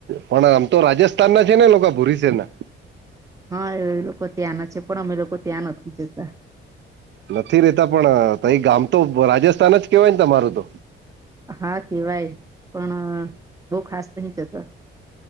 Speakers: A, on the right; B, on the right.
A: પણ આમ તો રાજસ્થાન ના છેને, લોકો ભોરસેર ના
B: હા એ લોકો ત્યાં ના છે પણ અમે લોકો ત્યાં નથી જતા
A: નથી રેતા પણ ત એ ગામ તો રાજસ્થાન જ કેવાય ને તમારું તો
B: હા કેવાય પણ બહ ખાસ નહ જતો